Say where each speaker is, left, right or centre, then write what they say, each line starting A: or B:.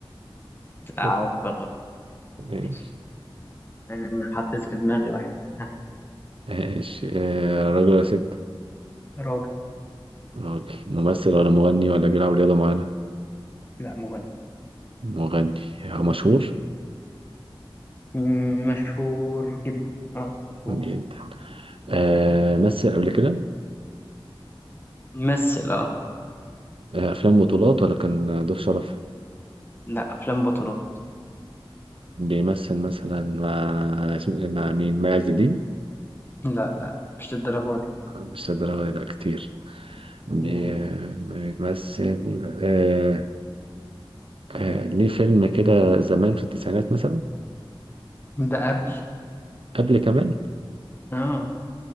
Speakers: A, on the left; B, on the right.
A: عارف
B: <laughs>
A: والله
B: ماشي
A: ماشي أنا أنا حطيت في دماغي واحد ها،
B: ماشي. آه، راجل ولا ست؟
A: راجل
B: راجل ممثل ولا مغني ولا بيلعب رياضة معانا؟
A: لا مغني
B: مغني آه، مشهور
A: مم، مشهور جدا اه مشهور
B: جدا آه، مثل قبل كده
A: ممثل اه
B: آه، أفلام بطولات ولا كان ضيف شرف؟
A: لا افلام بطولات
B: بيمثل مثلا مع اسمه مع مين مع عز الدين
A: لا لا مش للدرجه دي
B: مش للدرجة دي، لا كتير بي-
A: مم.
B: بيمثل آه آه ليه فيلم كده زمان في التسعينات مثلا
A: ده قبل
B: قبل كمان
A: اه